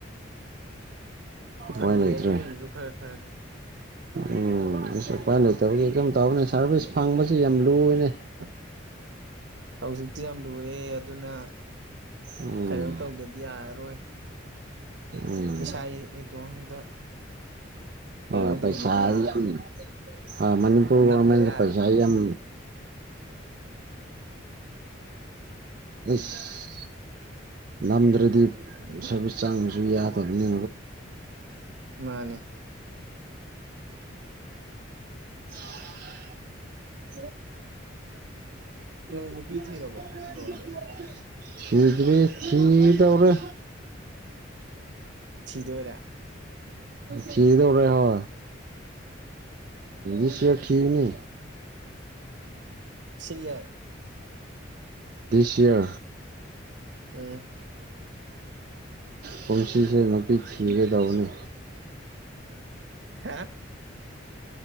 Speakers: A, on the right (about 65°); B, on the right (about 45°).
A: ꯐꯩꯌꯦ
B: ꯃꯣꯏꯟꯗ꯭ꯔꯦ
A: ꯑꯗꯨꯒꯨꯝꯕꯁꯨ ꯈꯔ ꯈꯔ
B: ꯎꯝ ꯑꯩꯁꯨ ꯎꯄꯥꯏ ꯂꯩꯇꯕꯒꯤ ꯑꯗꯨꯝ ꯇꯧꯕꯅꯦ ꯁꯥꯔꯚꯤꯁ ꯐꯪꯕꯁꯤ ꯌꯥꯝ ꯂꯨꯅꯦ
A: <unintelligible> ꯍꯧꯖꯤꯛꯇꯤ ꯌꯥꯝ ꯂꯨꯔꯦ ꯑꯗꯨꯅ
B: ꯎꯝ
A: ꯀꯩꯅꯣꯝ ꯇꯧꯗꯗꯤ ꯌꯥꯔꯔꯣꯏ
B: ꯎꯝ
A: ꯏꯁꯥ ꯏꯇꯣꯝꯗ ꯀꯩꯅꯣꯝ
B: ꯍ ꯄꯩꯁꯥ
A: ꯇꯧꯗꯗꯤ ꯌꯥꯔꯔꯣꯏ
B: ꯌꯥꯝ ꯍꯣꯏ ꯃꯅꯤꯄꯨꯔ
A: ꯅꯝꯗ
B: ꯣꯔꯃꯦꯟ
A: ꯌꯥꯔꯔꯣꯏ
B: ꯄꯩꯁꯥ ꯌꯥꯝ ꯎꯝꯁꯁ ꯅꯝꯗ꯭ꯔꯗꯤ ꯁꯥꯔꯚꯤꯁ ꯆꯥꯡꯕꯁꯨ ꯌꯥꯗꯕꯅꯤ
A: ꯃꯥꯅꯦ
B: ꯍ
A: ꯅꯪ
B: <unintelligible>
A: ꯅꯨꯄꯤ ꯊꯤꯔꯕꯣ ꯕ꯭ꯔꯣꯗꯤ
B: ꯁꯤꯤꯗꯔꯤ ꯆꯤꯗꯧꯔ
A: ꯊꯤꯗꯣꯏꯔꯦ
B: ꯆꯤꯗꯧꯔ ꯍ ꯑ ꯁꯠ ꯊꯦꯡꯀꯅꯦ
A: ꯁꯤ ꯌꯥꯔꯦ
B: ꯁ꯭ꯌꯥ
A: ꯎꯝ
B: ꯄꯨꯟꯁꯤꯁ ꯅꯄꯤꯤꯡꯒꯗꯕꯅꯤ
A: ꯍꯥ